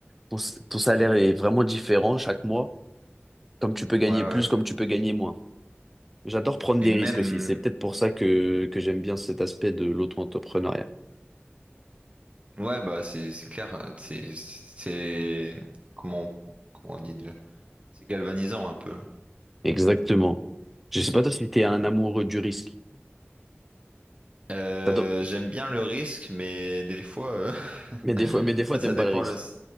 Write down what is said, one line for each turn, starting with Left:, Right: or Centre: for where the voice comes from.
Centre: Ton, ton salaire est vraiment différent chaque mois. Comme tu peux gagner
Right: ouais.
Centre: plus, comme tu peux gagner moins. J'adore prendre
Right: Et
Centre: des
Right: même...
Centre: risques aussi. C'est peut-être pour ça que, que j'aime bien cet aspect de l'auto-entrepreneuriat.
Right: Ouais, bah, c'est c'est clair. hein, C'est... c'est- Comment... on- Comment on dit déjà? C'est galvanisant un peu.
Centre: Exactement. Je sais pas toi si t'es un amoureux du risque.
Right: Euh,
Centre: T'adores-
Right: j'aime bien le risque, mais des fois... euh, <laughs>
Centre: Mais des
Right: En
Centre: fois, mais des fois,
Right: fait,
Centre: t'aimes
Right: ça dépend
Centre: pas le risque.
Right: le...